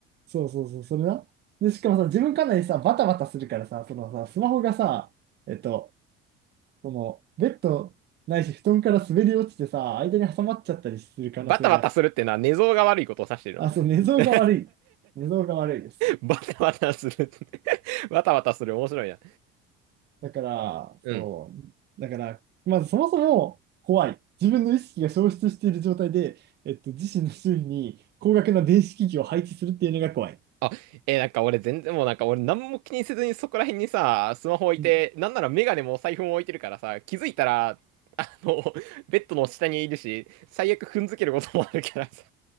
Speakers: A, on the right; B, on the right.
A: そうそうそう、それな。で、しかもさ、自分かなりさ、バタバタするからさ、そのさ、スマホがさ、えっと、その、ベッドないし、布団から滑り落ちてさ、間に挟まっちゃったりする可能性が、
B: バタバタするってのは寝相が悪いことを指してるの。
A: あ、そう、寝相が悪い。
B: <laughs>
A: 寝相が悪いです。
B: バタバタするバタバタする。面白いな。
A: だから、
B: うん。
A: そう、だから、まずそもそも怖い。自分の意識が消失している状態で、えっと、自身の周囲に高額な電子機器を配置するっていうのが怖い。
B: あ、えーなんか俺全然もうなんか俺何も気にせずにそこら辺にさ、スマホ置いて、
A: うん
B: なんならメガネもお財布も置いてるからさ、気づいたら、あの、ベッドの下にいるし、最悪踏んづけることもあるからさ。